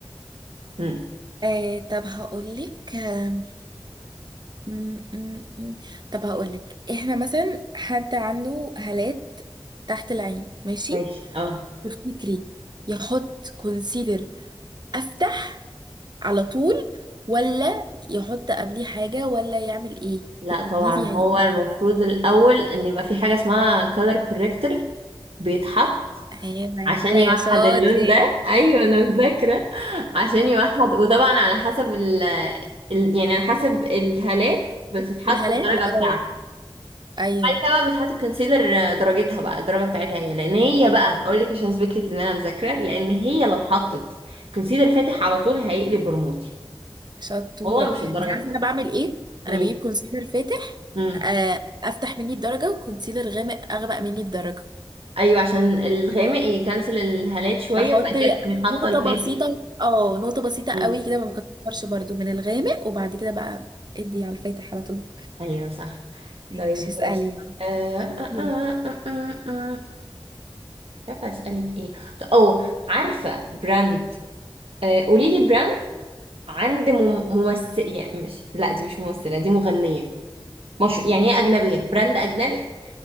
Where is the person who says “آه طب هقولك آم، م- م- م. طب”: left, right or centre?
Right